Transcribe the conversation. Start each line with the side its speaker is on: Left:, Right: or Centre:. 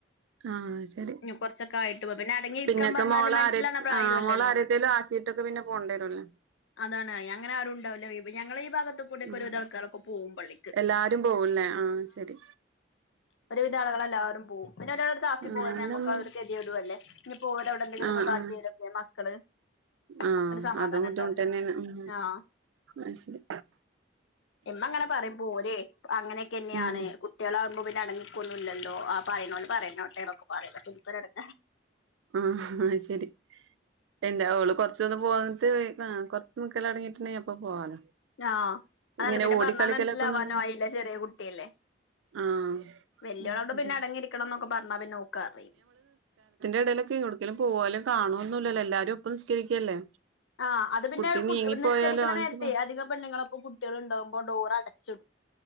Right: ആഹ് ശെരി
Left: ഇനി കൊറച്ചൊക്കെ ആയിട്ട് പോ പിന്നെ അടങ്ങി ഇരിക്കാൻ
Right: പിന്നക്കെ
Left: പറഞ്ഞാല്
Right: മോളാരയ്‌
Left: മനസ്സിലാവണ പ്രായോല്ലല്ലോ
Right: ആഹ് മോളെ ആരെയ്ത്തേലും ആക്കി ട്ടൊക്കെ പിന്നെ പോണ്ടേരുല്ലേ
Left: അതാണ് അങ്ങനെ ആരും ണ്ടാവൂല്ല ഞങ്ങള ഈ ഭാഗത്ത് കൂടെക്കെ
Right: ഉം
Left: ഒര് വിധം ആൾക്കാരൊക്കെ പോവും പള്ളിക്ക്
Right: എല്ലാരും പോവുംല്ലേ ആഹ് ശെരി
Left: ഒരു വിത ആള്കളെല്ലാരും പോവും പിന്നെ ഒരാളെട്ത്ത് ആക്കി
Right: ഞാനും
Left: പോരുമ്പോ ഞമ്മക്കത് കെത്യേടുല്ലേ പ്പോരവിടെ എന്തെങ്കിലൊക്കെ
Right: ആഹ്
Left: കാട്ട്യാലൊക്കെ
Right: ആഹ്
Left: മക്കള്
Right: ആഹ്
Left: അങ്ങട് സമാധാനം
Right: അതും ബുദ്ധിമുട്ടന്നേണ്
Left: ഉണ്ടാവൂല
Right: ഉം
Left: ആഹ്
Right: അത് ശരി
Left: ഇമ്മങ്ങനെ പറയും പോര് അങ്ങനെക്കെന്നെയാണ്
Right: ഉം ഉം
Left: കുട്ട്യാളാ ആവുമ്പോ പിന്നെ അടങ്ങിക്കൊന്നും ഇല്ലല്ലോ ആ പറയുന്നോരൊക്കെ പറഞ്ഞോട്ടെ എന്നൊക്കെ പറയലാ പിന്നെ ഇനിക്കൊര് എടങ്ങേറാ
Right: ആ ശരി എന്താ ഓള് കൊറചൊതു <unintelligible> കൊറച്ച് നിക്കാല് തൊടങ്ങീട്ട്ണ്ടെങ്കി അപ്പൊ പോവാലോ
Left: ആഹ് അതാണ്
Right: ഇങ്ങനെ
Left: പിന്നെ
Right: ഓടിക്കളിക്കലൊക്കെ
Left: പറഞ്ഞാ മനസ്സിലാവാനോ
Right: ഒന്നുണ്ട്
Left: ആയില്ല ചെറിയ കുട്ട്യാല്ലേ
Right: ആഹ്
Left: വെല്ല്യോളോട്
Right: അത് ശരി
Left: പിന്നെ അടങ്ങിയിരിക്കണം ന്നൊക്കെ പർഞ്ഞാ പിന്നെ ഓക്കറിം.
Right: ഇടേലൊക്കെ എട്ക്കേലൊക്കെ പോവാലും കാണോന്നുല്ലല്ലോ എല്ലാരും ഒപ്പം നിസ്കരിക്കല്ലേ.
Left: ആഹ് അത് പിന്നെ
Right: കുട്ടി
Left: കു
Right: നീങ്ങിപ്പോയാലോ
Left: നിസ്കരിക്കണ
Right: അവൾക്ക്
Left: നേരത്തെ
Right: പ
Left: അധിക പെണ്ണ്ങ്ങളൊപ്പം കുട്ട്യാള് ണ്ടാകുമ്പോ ഡോറടച്ച്ടും.